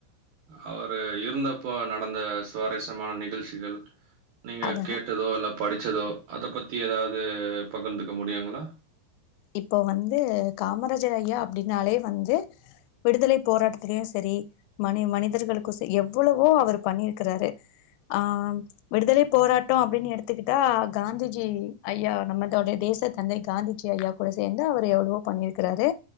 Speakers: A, on the right; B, on the left.
A: அவர் இருந்தப்போ நடந்த சுவாரஸ்யமான நிகழ்ச்சிகள் நீங்க
B: அதா
A: கேட்டதோ இல்ல படிச்சதோ அத பத்தி ஏதாவது பகிர்ந்துக்க முடியுங்ளா
B: இப்போ வந்து காமராஜர் ஐயா அப்டின்னாலே வந்து விடுதலை போராட்டத்திலயு சரி மனி மனிதர்களுக்கு சே எவ்வளவோ அவர் பண்ணிருக்குறாரு ஆ விடுதலை போராட்டோ அப்டின்னு எடுத்துக்கிட்டா காந்திஜி ஐயா நம்மதோடைய தேச தந்தை காந்திஜி ஐயா கூட சேந்து அவரு எவ்வளவோ பண்ணி இருக்குறாரு